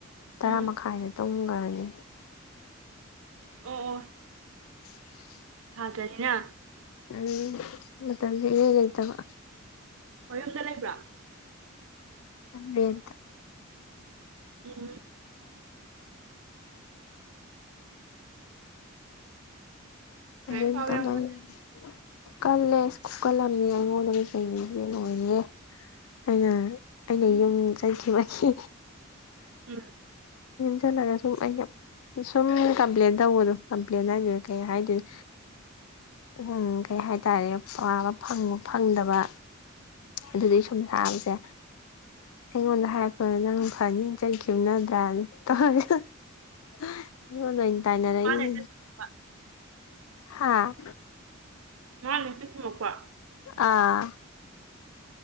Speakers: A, on the left; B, on the right.
A: ꯇꯔꯥ
B: ꯎꯝ
A: ꯃꯈꯥꯏꯗ ꯇꯝꯈ꯭ꯔꯅꯤ
B: ꯑꯣ ꯑꯣ
A: <unintelligible>
B: ꯁꯥꯇ꯭ꯔꯅꯤꯅ
A: ꯎꯝ ꯃꯇꯝꯁꯦ ꯏꯔꯩ ꯂꯩꯇꯕ
B: ꯃꯌꯨꯝꯗ ꯂꯩꯕ꯭ꯔꯥ
A: ꯔꯦꯟꯇ
B: ꯎꯝ ꯂꯥꯏꯔꯤꯛ
A: ꯔꯦꯟꯇꯥ
B: ꯄꯥꯕ ꯌꯥꯝ
A: ꯂꯩꯌꯦ
B: ꯀꯟꯅ
A: ꯀꯜꯂꯦꯀꯜꯂꯝꯃꯤ ꯑꯩꯉꯣꯟꯗꯗꯒꯤ ꯀꯩꯅꯩꯅꯣ ꯂꯣꯏꯔꯦ ꯑꯩꯅ ꯑꯩꯅ ꯌꯨꯝ ꯆꯩꯈꯤꯕꯒꯤ
B: ꯎꯝ
A: ꯆꯂꯒꯁꯨ ꯁꯨꯝ ꯀꯝꯄ꯭ꯂꯦꯟ ꯇꯧꯕꯅꯣ ꯀꯝꯄ꯭ꯂꯦꯟ ꯍꯥꯏꯗꯣꯏꯅ ꯀꯩ ꯍꯥꯏꯗꯣꯏꯅ ꯎꯝ ꯀꯩ ꯍꯥꯏꯇꯥꯔꯦ ꯄꯒ ꯐꯪꯗꯕ ꯑꯗꯨꯗꯒꯤ ꯁꯨꯝ ꯁꯥꯕꯁꯦ ꯑꯩꯉꯣꯟꯗ ꯍꯥꯏꯔꯛ ꯍꯣꯏ ꯅꯪ ꯐꯅꯤ ꯏ ꯆꯩ ꯈꯨꯝꯅꯗ꯭ꯔꯥ ꯇꯧ ꯑꯩꯉꯣꯟꯗꯩꯅ ꯇꯥꯏꯅꯔꯛꯏꯅꯦ
B: ꯃꯥꯅ ꯍꯦꯛꯇ ꯆꯨꯝꯃꯛꯄ
A: ꯍꯥꯥ
B: ꯃꯥꯅ ꯍꯦꯛꯇꯆꯨꯝꯃꯄ
A: ꯑꯥ